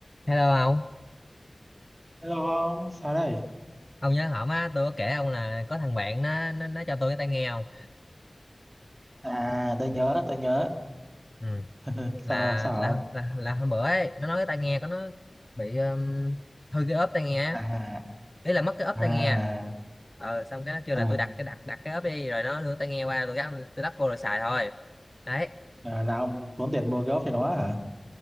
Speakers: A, on the left (about 25°); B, on the right (about 25°).
A: Hello ông,
B: Hello ông, sao đây?
A: ông nhớ hổm á, tôi có kể ông là có thằng bạn nó nó, nó cho tôi cái tai nghe không?
B: À, tôi nhớ, tôi nhớ.
A: Ừ.
B: Ừ, sao
A: Là,
B: sao
A: là
B: ông?
A: là là hôm bữa ấy, nó nói cái tai nghe của nó bị um, hư cái ốp tai nghe, á.
B: À,
A: ý là mất cái ốp
B: à,
A: tai nghe. Ờ xong cái nó kêu
B: À,
A: là tôi đặt cái đặt đặt cái ốp đi rồi nó đưa tai nghe qua tôi gắp tôi đắp vô rồi xài thôi. Đấy,
B: à, là ông tốn tiền mua gốc cho nó hả?